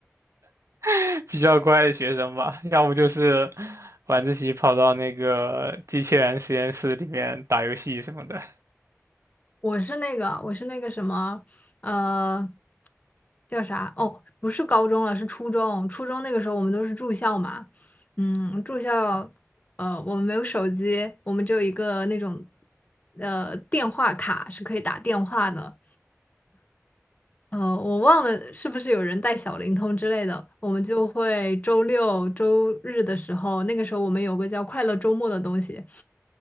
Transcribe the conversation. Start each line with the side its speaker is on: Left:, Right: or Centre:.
Right: <laughs> 比较乖的学生吧，要不就是晚自习跑到那个机器人实验室里面打游戏什么的。
Left: 我是那个，我是那个什么，呃，叫啥？哦，不是高中了，是初中。初中那个时候我们都是住校嘛，嗯，住校，呃，我们没有手机，我们只有一个那种，呃，电话卡是可以打电话的。呃，我忘了是不是有人带小灵通之类的，我们就会周六周日的时候，那个时候我们有个叫快乐周末的东西，